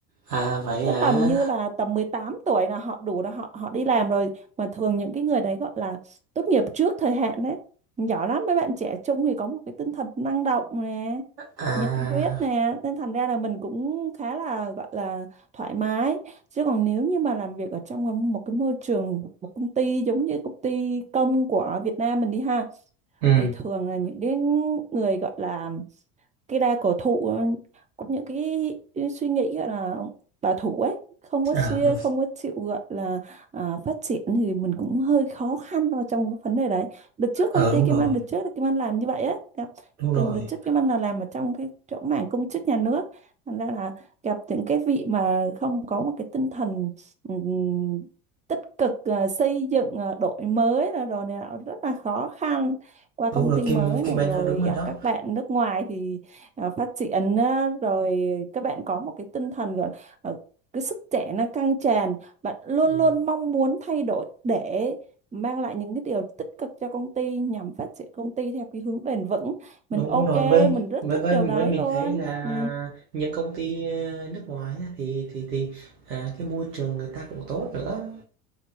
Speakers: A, on the right; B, on the right.
A: à vậy
B: cứ
A: hả?
B: tầm như là tầm 18 tuổi là họ đủ là họ họ đi làm rồi mà thường những cái người đấy gọi là tốt nghiệp trước thời hạn đấy giỏi lắm mấy bạn trẻ trung thì có một cái tinh thần năng động nè
A: À,
B: nhiệt huyết nè nên thành ra là mình cũng khá là gọi là thoải mái chứ còn nếu như mà làm việc ở trong một cái môi trường một công ty giống như công ty công của Việt Nam mình đi ha
A: ừ,
B: thì thường là những cái người gọi là cái đa cổ thụ ờ, có những cái, suy nghĩ gọi là bảo thủ ấy không có
A: à,
B: xia
A: đúng,
B: không có chịu gọi là à, phát triển thì mình cũng hơi khó khăn vào trong cái vấn đề đấy đợt trước
A: ờ
B: công ty
A: đúng
B: Kim
A: rồi,
B: Anh đợt trước là Kim Anh làm như vậy á gặp
A: đúng
B: gần
A: rồi,
B: đợt trước Kim Anh là làm ở trong cái chỗ mảng công chức nhà nước thành ra là gặp những cái vị mà không có một cái tinh thần ừm, tích cực à, xây dựng à, đổi mới là đồ này nọ rất là khó khăn qua công
A: đúng rồi
B: ty
A: Kim
B: mới này
A: Kim
B: rồi
A: Anh nói đúng rồi
B: gặp
A: đó.
B: các bạn nước ngoài thì à, phát triển á, rồi các bạn có một cái tinh thần gọi là cái sức trẻ nó căng tràn bạn luôn
A: Ừ,
B: luôn mong muốn thay đổi để mang lại những cái điều tích cực cho công ty nhằm phát triển công ty theo cái hướng bền vững
A: đúng
B: mình ok
A: đúng rồi với
B: mình rất
A: với
B: thích
A: với
B: điều đấy
A: với mình
B: luôn
A: thấy là
B: ừ,
A: những công ty ờ, nước ngoài á, thì thì thì à, cái môi trường người ta cũng tốt nữa.